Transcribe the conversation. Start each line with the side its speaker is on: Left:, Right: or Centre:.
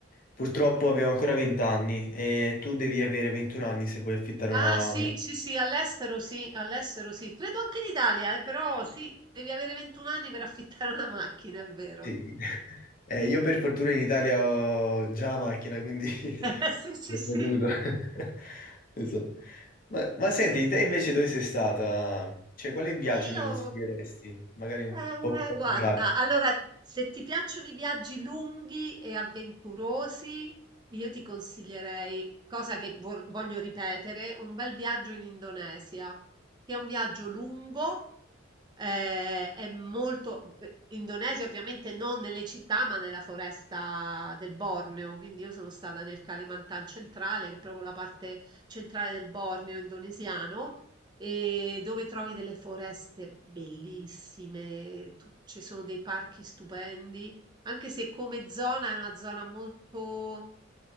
Left: purtroppo avevo ancora 20 anni e tu devi avere 21 anni se vuoi affittare
Right: Ah,
Left: una,
Right: sì, sì, sì, all'estero sì, all'estero sì. Credo anche in Italia, eh, però sì, devi avere 21 anni per affittare una macchina, è vero.
Left: Sì. Eh, io per fortuna in Italia ho già la macchina, quindi
Right: <laughs>
Left: <laughs>
Right: Sì, sì,
Left: l'ho
Right: sì.
Left: veduto. <laughs> Esatto. Ma, ma senti, te invece dove sei stata? Cioè, quale viaggio
Right: Ma io
Left: mi consiglieresti? Magari un
Right: Eh,
Left: po' più particolare.
Right: guarda, allora, se ti piacciono i viaggi lunghi e avventurosi, io ti consiglierei, cosa che vo- voglio ripetere, un bel viaggio in Indonesia, che è un viaggio lungo, Ehm, è molto beh, Indonesia ovviamente non nelle città, ma nella foresta del Borneo, quindi io sono stata nel Kalimantan centrale, che è proprio la parte centrale del Borneo indonesiano, e dove trovi delle foreste bellissime, tu- ci sono dei parchi stupendi, anche se come zona è una zona molto,